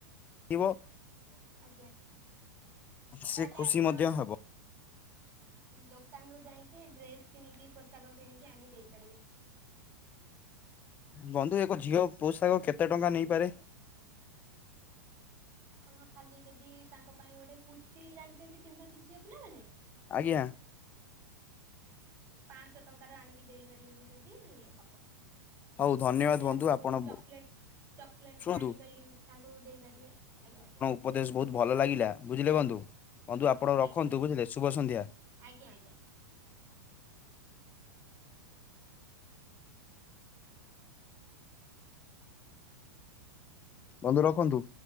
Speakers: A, on the left (about 15°); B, on the right (about 25°).
A: <inaudible>
B: ଆଜ୍ଞା ତାହେଲେ
A: ସେ ଖୁସି
B: ଆପଣ
A: ମଧ୍ୟ ହବ
B: ଦୋକାନରୁୁ ଯାଇକି ଡ୍ରେସ କିଣିକି ପୋଷାକ କିଣିକି ଆଣି ଦେଇ ପାରିବେ।
A: ବନ୍ଧୁ ଏକ ଝିଅ ପୋଷାକ କେତେ ଟଙ୍କା ନେଇପାରେ?
B: ଆପଣ ଖାଲି ଯଦି ତାଙ୍କ ପାଇଁ ଗୋଟେ କୁର୍ତ୍ତି ଜାଣିଛନ୍ତି ପିନ୍ଧନ୍ତି ଝିଅ ପିଲାମାନେ?
A: ଆଜ୍ଞା।
B: ପାଞ୍ଚଶହ ଟଙ୍କାରୁ ଆଣିକି ଦେଇପାରିବେ ବି ଯଦି ହବ।
A: ହଉ ଧନ୍ୟବାଦ
B: ନହେଲେ
A: ବନ୍ଧୁ
B: ଆପଣ ଯଦି ଚକଲେଟ
A: ବ-
B: ଚକଲେଟ
A: ଶୁଣନ୍ତୁ
B: ଆଣିପାରିକି ତାଙ୍କୁ ଦେଇପାରିବେ ଆଜ୍ଞା।
A: ଉପଦେଶ ବହୁତ ଭଲ ଲାଗିଲା ବୁଝିଲେ ବନ୍ଧୁ, ବନ୍ଧୁ
B: ଆଜ୍ଞା
A: ଆପଣ ରଖନ୍ତୁ
B: ଆଜ୍ଞା
A: ବୁଝିଲେ, ଶୁଭ ସନ୍ଧ୍ୟା।
B: ଆଜ୍ଞା ଆଜ୍ଞା।
A: ବନ୍ଧୁ ରଖନ୍ତୁ।